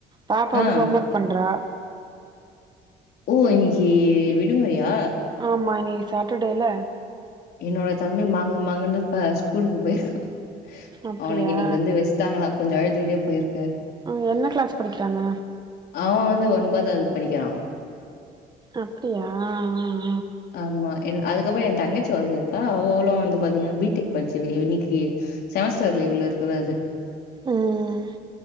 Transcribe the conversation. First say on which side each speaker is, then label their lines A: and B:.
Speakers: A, on the right; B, on the left.
A: பாப்பா வந்து
B: ஆ
A: ஹோம் ஒர்க் பண்றா
B: ஓ இன்னைக்கு விடுமுறையா
A: ஆமா ஏன் சாட்புடல
B: என்னோட தம்பி மாங்கு மாங்குனு இப்ப ஸ்கூலுக்கு பொயிருக்கா
A: அப்டியா
B: அவனுக்கு இன்னிக்கு வந்து வெச்ட்டாங்ளா கொஞ்ஜோ அழுதுகிட்டே பொயிரு
A: உம் என்ன க்ளாஸ் படிக்கிறாங்க
B: அவன் ஒன்பதாவது படிக்கிறா
A: அப்டியா ஆஹ்
B: ஆமா என்ன அதுக்கப்றோ ஏ தங்கச்சி வந்துருக்கா அவளு வந்து பாத்தீங்கன்னா பி டெக் படிச்சது இன்னிக்கு செமஸ்டர் லீவ்ல இருக்குது அது
A: உம்